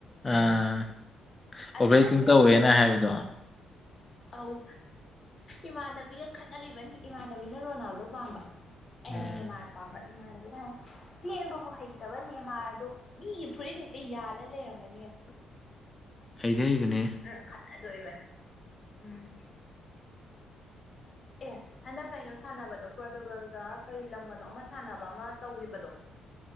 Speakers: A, on the left; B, on the left.
A: ꯑꯥ
B: ꯑꯗꯨꯃꯥꯏꯅ
A: ꯑꯣꯕ꯭ꯔꯇꯤꯡ
B: ꯌꯥꯝ
A: ꯇꯧꯋꯦꯅ
B: ꯇꯧꯒꯜꯂꯦꯕ
A: ꯍꯥꯏꯕꯗꯣ
B: ꯈꯪꯕ꯭ꯔꯥ ꯑꯧ ꯏꯃꯥꯟꯅꯕꯤꯒ ꯈꯠꯅꯔꯤꯕꯅꯤ ꯏꯃꯥꯟꯅꯕꯤꯅ ꯔꯣꯅꯥꯜꯗꯣ ꯄꯥꯝꯕ ꯑꯩꯅ
A: ꯎꯝ
B: ꯅꯦꯃꯥꯔ ꯄꯥꯝꯕ ꯏꯃꯥꯟꯅꯕꯤꯗ ꯆꯦꯟꯕꯕꯨ ꯍꯩꯇꯕ ꯅꯦꯃꯥꯔꯗꯣ ꯃꯤꯒꯤ ꯐꯨꯔꯤꯠ ꯍꯦꯛꯇ ꯌꯥꯜꯂ ꯂꯩꯔꯝꯒꯅꯤ
A: ꯍꯩꯗꯤ ꯍꯩꯕꯅꯦ
B: ꯎꯝ ꯈꯠꯅꯗꯣꯔꯤꯕꯅꯤ ꯎꯝ ꯑꯦ ꯍꯟꯗꯛ ꯀꯩꯅꯣ ꯁꯥꯟꯅꯕꯗꯣ ꯄꯣꯔꯇꯨꯒꯜꯒ ꯀꯔꯤ ꯂꯝꯒꯅꯣ ꯑꯃ ꯁꯥꯟꯅꯕ ꯑꯃ ꯇꯧꯈꯤꯕꯗꯣ